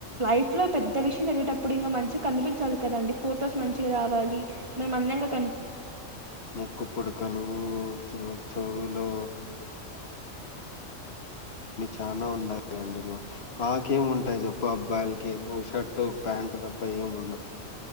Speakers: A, on the right (about 25°); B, on the left (about 50°).
A: లైఫ్ లో పెద్ద విషయం జరిగేటప్పుడు ఇంకా మంచి కనిపించాలి కదండి ఫోటో పుటోస్ మనించిగా రావాలి
B: ఉమ్,
A: గ మందం గ్
B: ముక్కు పుడుకలు చవ్ చౌ లో చాలా ఉన్నాయండి మా మాకేం ఉంటాయి చెప్పు అబ్బాయిలకి ఓ షర్టు ప్యాంటు తప్ప ఏం ఉండవు